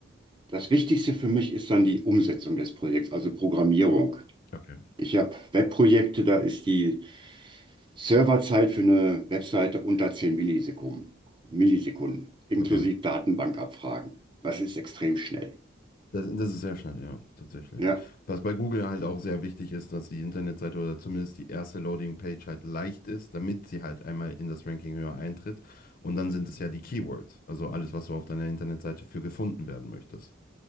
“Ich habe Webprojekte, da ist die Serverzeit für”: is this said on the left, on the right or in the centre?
Right